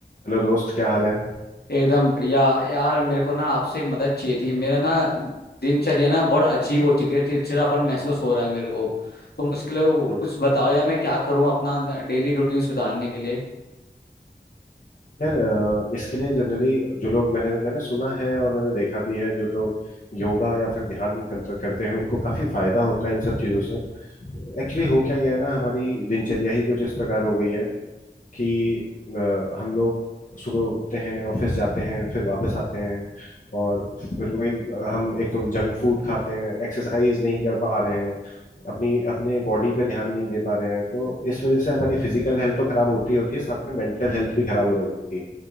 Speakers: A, on the left (about 50°); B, on the left (about 65°).
A: हेलो दोस्त क्या हाल है
B: एकदम बढ़िया यार मेरे को ना आपसे एक मदद चाहिए थी मेरा ना दिनचर्या ना बहुत अजीब हो चुकी है चिड़चिड़ापन महसूस हो रहा है मेरे को तो मुश्किल है वो,
A: हम्म,
B: कुछ बताओ यार मैं क्या करूँ अपना डेली रूटीन सुधारने के लिए
A: यार अ, इसके लिए जनरली जो लोग मैंने मैंने सुना है और मैंने देखा भी है जो लोग योगा या फिर ध्यान कंत- करते हैं उनको काफी फायदा होता है इन सब चीजों से एक्चुअली हो क्या गया है ना हमारी दिनचर्या ही कुछ इस प्रकार हो गई है कि अ, हम लोग सुबह उठते हैं ऑफिस जाते हैं फिर वापस आते हैं और फिर वही अ, हम एक तो जंक फूड खाते हैं एक्सरसाइज नहीं कर पा रहे हैं अपनी अपने बॉडी पे ध्यान नहीं दे पा रहे हैं तो इस वजह से हमारी फिजिकल हेल्थ तो खराब होती ही होती है साथ में मेंटल हेल्थ भी खराब होने लगती है